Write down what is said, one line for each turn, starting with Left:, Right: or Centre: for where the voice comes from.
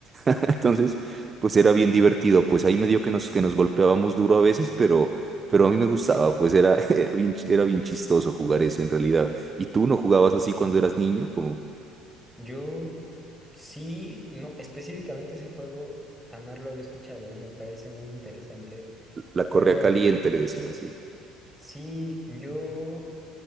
Right: <laughs> entonces pues era bien divertido. Pues ahí medio que nos, que nos golpeábamos duro a veces, pero... Pero a mí me gustaba,
Centre: <laughs>
Right: pues era, <laughs> era bien, ch- era bien chistoso jugar eso en realidad. ¿Y tú no jugabas así cuando eras niño? Como
Centre: Yo sí, no, específicamente ese juego jamás lo había escuchado, eh, me parece muy interesante,
Right: la correa
Centre: pero
Right: caliente, le decían, sí.
Centre: sí, yo,